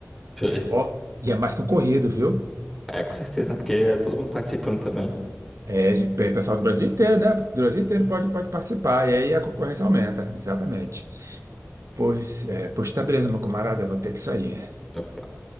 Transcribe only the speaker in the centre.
Foi.
É, com certeza, né? Porque é todo mundo participando também.
É.